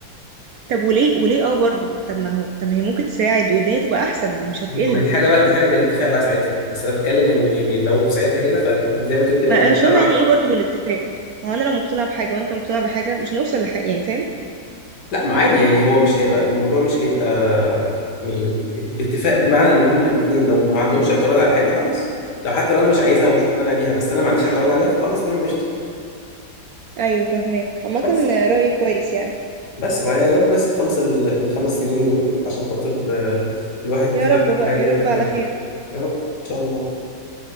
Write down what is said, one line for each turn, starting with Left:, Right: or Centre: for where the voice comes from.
Right: طب وليه وليه اه برضو طب ما هو طب ما هي ممكن تساعد والدنيا تبقى احسن يعني مش هتقل
Left: ما دي حاجه بقى دي حاجه بالاتفاق بقى ساعتها بس انا بتكلم ان يعني لو ساعتها كده فزي ما انت قلت يبقى
Right: ما
Left: المجتمع
Right: مش فاهمة يعني ايه برضو بالاتفاق ما هو انا لو مقتنعة بحاجة وانت مقتنع بحاجة مش هنوصل لحاجة يعني فاهم
Left: لا ما عادي يعني هو مش هيبقى الموضوع مش هيبقى يعني باتفاق بمعنى ان هما الاثنين لو ما عندهمش اعتراض على حاجه خلاص لو حتى لو انا مش عايزها ومش مقتنع بيها بس انا ما عنديش اعتراض عليها فخلاص تمام قشطه
Right: ايوه فاهماك عامة
Left: بس
Right: رأيي كويس يعني
Left: بس ما يا رب بس تخلص ال- الخمس سنين دول عشان خاطر آه، الواحد
Right: يا
Left: يعرف
Right: رب بقى
Left: هو هيعمل ايه
Right: يا رب
Left: في حياته
Right: على
Left: بعد كده
Right: خير
Left: يا رب ان شاء الله